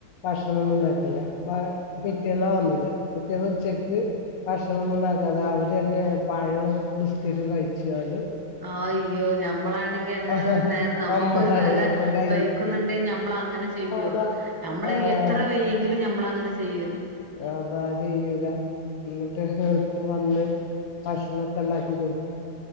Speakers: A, on the left; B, on the right.
A: ഭക്ഷണംൊന്നും ഉണ്ടാക്കില്ല പിറ്റേന്നാ വന്നത് പിെറ്റേന്ന് ഉച്ചക്ക് ഭക്ഷണംൊന്നും ഉണ്ടാക്കാതെ അവര്ന്നെ പഴവും ബിസ്കറ്റും കഴിച്ചണ്ട്
B: ആഹ അയ്യോ ഞമ്മളാണ് അ
A: ആഹാ
B: നേം നമുക്ക
A: നമ്മളാണെങ്കി
B: തല
A: ഇപ്പൊ കയ്യിൽ
B: വഹിക്കുന്നുണ്ടെങ്കിൽ നമ്മൾ അങ്ങനെ ചെയ്യോ
A: അതാ
B: നമ്മള
A: ആഹ്
B: എത്ര വെയ്യെങ്കിലും നമ്മള അങ്ങനെ ചെയ്യൂോ
A: അതാ ചെയ്യൂല എന്നിട്ട് എപ്പം വന്ന് ഭക്ഷണക്കെ ഉണ്ടാക്കീ ക്ണ്